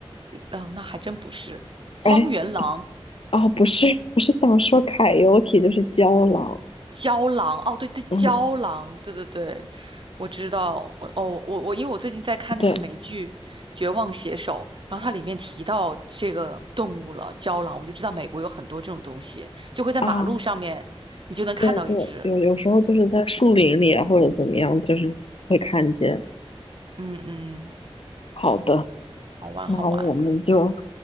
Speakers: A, on the right; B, on the left.
A: 哦，那还真不是荒原狼。
B: 哎，哦，不是，我是想说凯尤体就是郊狼。
A: 胶囊，哦，对对，
B: 嗯，
A: 胶囊，对对对，我知道，我哦，我我因为我最近在看那个美剧《绝望写手》，
B: 对
A: 然后它里面提到这个动物了，胶囊，我就知道美国有很多这种东西，就会在马路上面，
B: 啊，
A: 你就能看到一只，
B: 对对，有有时候就是在树林里啊，或者怎么样，就是会看见。
A: 嗯嗯，
B: 好的，
A: 好玩好玩，
B: 那我们就